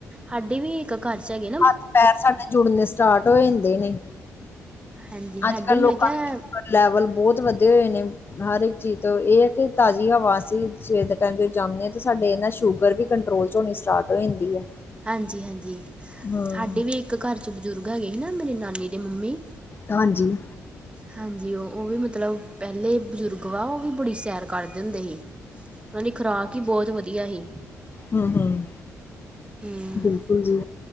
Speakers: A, on the right; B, on the left.
A: ਹਾਡੀ ਵੀ ਇੱਕ ਘਰ ਚ' ਹੈ। ਗ
B: ਹੱਥ- ਪੈਰ ਸਾਡੇ ਜੁੜਨੇ ਸਟਾਰਟ ਹੋ ਜਾਂਦੇ ਨੇ।
A: ਹਾਂਜੀ ਸਾਡੇ
B: ਅੱਜ ਕੱਲ੍ਹ
A: ਵੀ
B: ਲੋਕਾਂ
A: ਮੈਂ ਕਿਹਾ
B: ਦੇ ਸ਼ੂਗਰ ਲੈਵਲ ਬਹੁਤ ਵਧੇ ਹੋਏ ਨੇ। ਹਰ ਇੱਕ ਚੀਜ਼ ਤੋਂ ਇਹ ਹੈ ਕਿ ਤਾਜ਼ੀ ਹਵਾ ਅਸੀਂ। ਸਵੇਰ ਦੇ ਟਾਈਮ ਜ ਜਾਂਦੇ ਹਾਂ ਤੇ ਸਾਡੇ ਇਹ ਨਾ ਸ਼ੂਗਰ ਵੀ ਕੰਟਰੋਲ 'ਚ ਹੋਣੀ ਸਟਾਰਟ ਹੋ ਜਾਂਦੀ ਹੈ।
A: ਹਾਂਜੀ- ਹਾਂਜੀ
B: ਹੂੰ
A: ਹਾਡੇ ਵੀ ਇੱਕ ਘਰ ਚ' ਬਜ਼ੁਰਗ ਹੈਗੇ ਸੀ ਨਾ ਮੇਰੇ ਨਾਨ ਮ ਦੇ ਮੰਮੀ।
B: ਹਾਂਜੀ,
A: ਹਾਂਜੀ, ਉਹ- ਉਹ ਵੀ ਮਤਲਬ ਪਹਿਲੇ ਬਜ਼ੁਰਗ ਵਾ। ਉਹ ਵੀ ਬੜੀ ਸੈਰ ਕਰਦੇ ਹੁੰਦੇ ਸੀ। ਉਹ ਦੀ ਖੁਰਾਕ ਹੀ ਬਹੁਤ ਵਧੀਆ ਹੀ।
B: ਹਮ- ਹਮ
A: ਹੂੰ
B: ਬਿਲਕੁਲ ਜੀ।